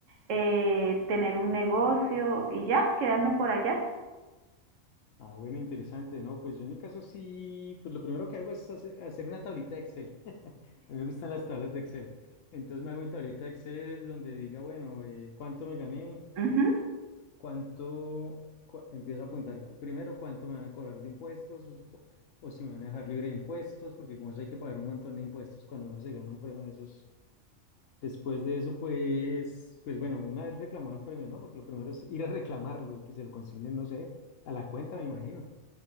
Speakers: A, on the right; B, on the left.
A: eh, tener un negocio y ya, quedarme por allá.
B: Ah, bueno, interesante, ¿no? Pues yo en mi caso sí, pues lo primero que hago es hace- hacer, una tablita de Excel. <laughs> A mí me gustan las tablas de Excel. Entonces me hago mi tablita de Excel donde diga, bueno, eh, ¿cuánto me gané?
A: Ujú,
B: ¿Cuánto cua- empiezo a apuntar cu- primero cuánto me van a cobrar de impuestos o, si cu- o si me van a dejar libre de impuestos? Porque como eso hay que pagar un montón de impuestos cuando uno se gana un premio de esos. Después de eso, pues, pues bueno, una vez reclamado el premio, ¿no? Porque lo primero es ir a reclamarlo y que se lo consignen, no sé, a la cuenta, me imagino.